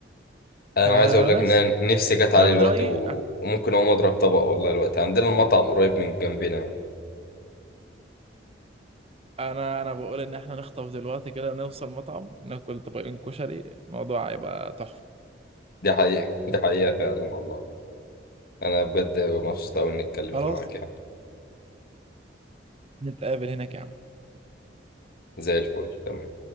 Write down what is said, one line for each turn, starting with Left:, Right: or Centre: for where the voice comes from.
Left: انا
Right: فبس
Left: عايز اقول لك ان انا نفسي جت علي
Right: انا من
Left: الوقت
Right: رايي
Left: و... وممكن اقوم اضرب طبق والله الوقت عندنا المطعم قريب من جنبنا
Right: انا انا بقول ان احنا نخطف دلوقتي كده نوصل مطعم ناكل طبقين كشري الموضوع هيبقى تحفه
Left: دي حقيقة دي حقيقة فعلا والله انا بجد مبسوط قوي اني اتكلمت
Right: خلاص
Left: معاك يعني
Right: نتقابل هناك يا عم
Left: زي الفل تمام